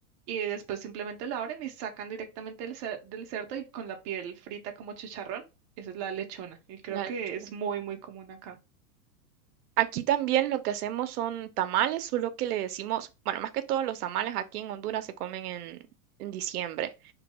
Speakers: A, on the right; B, on the right.
A: y después simplemente la abren y sacan directamente del, cer- del cerdo y con la piel frita como chicharrón. Esa es la lechona y creo
B: la
A: que
B: lancha.
A: es muy, muy común acá.
B: Aquí también lo que hacemos son tamales, solo que le decimos, bueno, más que todos los tamales aquí en Honduras se comen en, en diciembre